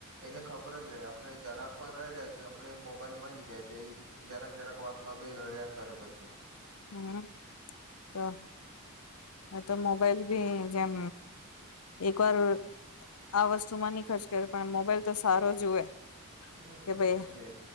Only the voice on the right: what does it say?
એને ખબર જ રહે આપણે જરાક પણ રડ્યા કે આપે મોબાઈલ મલી જાય, તો એજરાક જરાક વાતમાં ભી રડ્યા કરે પછી.
હમ
એ તો છે